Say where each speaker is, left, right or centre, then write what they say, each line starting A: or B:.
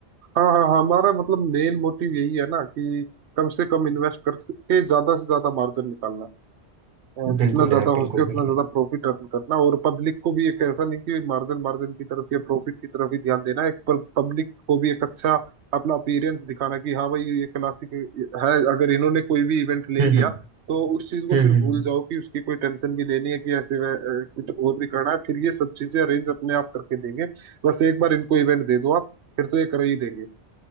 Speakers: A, on the right; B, on the right.
A: हाँ हाँ हाँ, हमारा मतलब मेन मोटिव यही है ना कि कम से कम इन्वेस्ट करके ज्यादा से ज्यादा मार्जिन निकालना अ,
B: बिल्कुल
A: जितना ज्यादा
B: यार बिल्कुल
A: हो सके उतना
B: बिल्कुल
A: ज्यादा प्रॉफिट अर्न करना और पब्लिक को भी एक ऐसा नहीं कि मार्जिन मार्जिन की तरफ या प्रॉफिट की तरफ ही ध्यान देना एक पब्लिक को भी एक अच्छा अपना अपीयरेंस दिखाना कि हाँ भाई ये क्लासिक है अगर इन्होंने कोई भी इवेंट ले
B: हम्म
A: लिया
B: हम्म
A: तो उस चीज को
B: हम्म
A: फिर
B: हम्म
A: भूल
B: हम्म।
A: जाओ कि उसकी कोई टेंशन भी लेनी है कि ऐसे वै- अ, कुछ और भी करना है फिर ये सब चीजें अरेंज अपने आप करके देंगे बस एक बार इनको इवेंट दे दो आप फिर तो ये कर ही देंगे